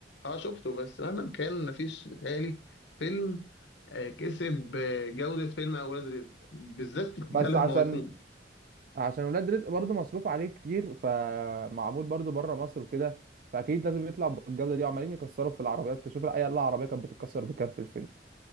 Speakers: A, on the left (about 70°); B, on the right (about 50°).
A: أه شفته بس مهما كان مفيش بيتهيألي فيلم آه، كسب آه، جودة فيلم أولاد رزق بالذات
B: بس
A: ثلاث
B: عشان
A: مواسم
B: عشان ولاد رزق برضو مصروف عليه كتير فمعمول برضو بره مصر وكده فأكيد لازم يطلع بالجودة دي وعمالين يكسروا في العربيات تشوف أي عربية كانت بتتكسر بكام في الفيلم